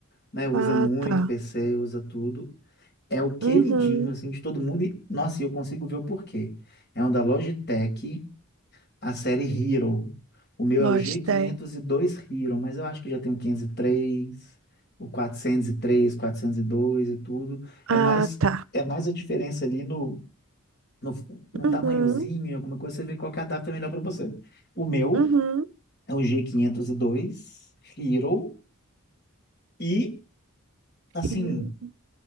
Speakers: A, on the left (about 50°); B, on the right (about 65°).
A: né? Usa
B: Ah,
A: muito
B: tá.
A: PC, usa tudo. É o queridinho,
B: Uhum.
A: assim, de todo mundo. E, nossa, e eu consigo ver o porquê. É um da Logitech, a série Hero. O meu
B: Logitech.
A: é o g quinhentos e dois Hero, mas eu acho que já tem o 503 o 403, 402 e tudo. É
B: Ah,
A: mais,
B: tá.
A: é mais a diferença ali no no, no tamanhozinho,
B: Uhum.
A: em alguma coisa, você vê qual que adapta melhor para você. O meu
B: Uhum.
A: é o G502 Hero e, assim,
B: Eu-